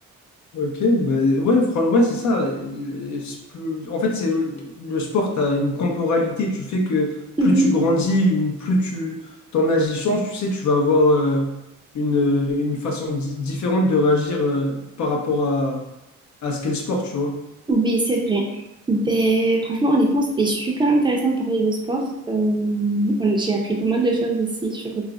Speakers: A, on the left; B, on the right.
A: Ok, bah ouais, fran- ouais, c'est ça. Le- c'est plus- En fait, c'est le sport, t'as une temporalité. Tu fais que
B: Mhm.
A: plus tu grandis ou plus tu ton âge y change, tu sais, tu vas avoir euh, une, euh, une façon di- différente de réagir euh, par rapport à, à ce qu'est le sport, tu vois.
B: Oui, c'est vrai. Ben, franchement, honnêtement, c'était super intéressant de parler de sport. Euh, on- j'ai appris pas mal de choses aussi sur